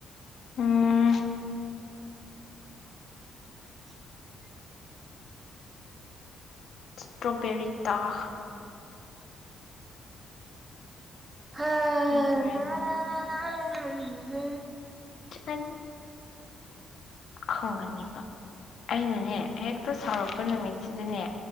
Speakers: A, on the left; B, on the right.
A: ꯎꯝ
B: <unintelligible>
A: ꯏꯁꯇ꯭ꯔꯣꯕꯦꯔꯤ ꯇꯥꯛ
B: ꯍ
A: ꯕ꯭ꯔꯦꯟ
B: ꯅꯔꯅꯥ ꯑ
A: ꯑ ꯈꯪꯒꯅꯦꯕ ꯑꯩꯅꯅꯦ ꯍꯦꯛꯇ ꯁꯥꯎꯔꯛꯄ ꯅꯨꯃꯤꯠ ꯁꯤꯗꯅꯦ